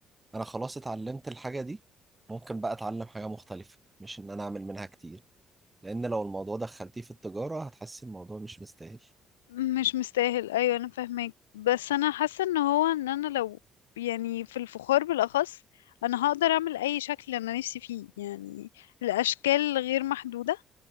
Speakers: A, on the right (about 20°); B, on the left (about 85°).
A: أنا خلاص اتعلمت الحاجة دي ممكن بقى أتعلم حاجة مختلفة مش إن أنا أعمل منها كتير لأن لو الموضوع دخلتيه في التجارة هتحسي الموضوع مش مستاهل
B: مش مستاهل ايوه انا فاهمك بس انا حاسه ان هو ان انا لو يعني في الفخار بالاخص انا هقدر اعمل اي شكل انا نفسي فيه يعني الاشكال غير محدوده